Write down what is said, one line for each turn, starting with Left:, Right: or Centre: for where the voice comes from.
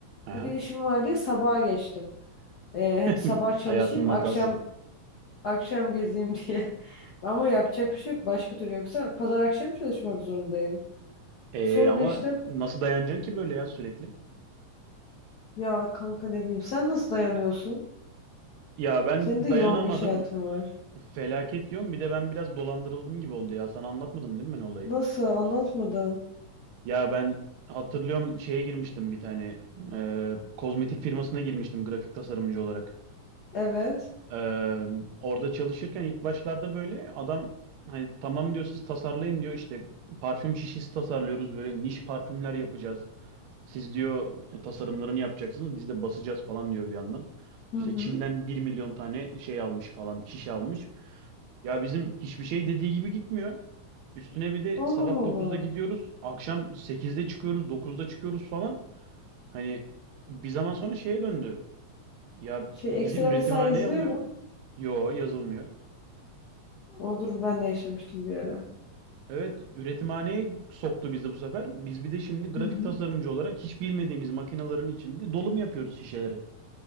Right: Aha.
Left: Bugün işim var diye sabaha geçtim. Ee, hani
Right: <laughs>
Left: sabah çalışayım,
Right: Hayatın hatası.
Left: akşam akşam gezeyim <laughs> diye. Ama yapacak bir şey yok. Başka türlü yoksa pazar akşam çalışmak zorundayım.
Right: Ee,
Left: Sonra
Right: ama
Left: işte
Right: nasıl dayanacaksın ki böyle ya sürekli?
Left: ya kanka ne bileyim sen nasıl dayanıyorsun?
Right: Ya ben
Left: Senin de
Right: dayanamadım.
Left: yoğun bir iş hayatın var.
Right: Felaket diyorum. Bir de ben biraz dolandırıldım gibi oldu ya. Sana anlatmadım değil mi ben olayı?
Left: Nasıl anlatmadan?
Right: Ya ben hatırlıyorum şeye girmiştim bir tane e, kozmetik firmasına girmiştim grafik tasarımcı olarak.
Left: Evet.
Right: E, orada çalışırken ilk başlarda böyle adam hani tamam diyor siz tasarlayın diyor işte parfüm şişesi tasarlıyoruz böyle niş parfümler yapacağız. Siz diyor e, tasarımlarını yapacaksınız biz de basacağız falan diyor bir yandan.
Left: Hı
Right: İşte
Left: hı.
Right: Çin'den bir milyon tane şey almış falan şişe almış. Ya bizim hiçbir şey dediği gibi gitmiyor. Üstüne bir de
Left: Allah
Right: sabah dokuzda
Left: Allah.
Right: gidiyoruz, akşam sekizde çıkıyoruz, dokuzda çıkıyoruz falan. Hani bir zaman sonra şeye döndü. Ya
Left: Şey
Right: bizi
Left: ekstra
Right: üretimhaneye
Left: mesai yazılıyor
Right: alıyor.
Left: mu?
Right: Yo yazılmıyor.
Left: O durum ben de yaşamıştım bir ara.
Right: Evet üretimhaneye soktu bizi bu sefer. Biz bir de şimdi grafik
Left: Hı hı.
Right: tasarımcı olarak hiç bilmediğimiz makinelerin içinde dolum yapıyoruz şişeleri.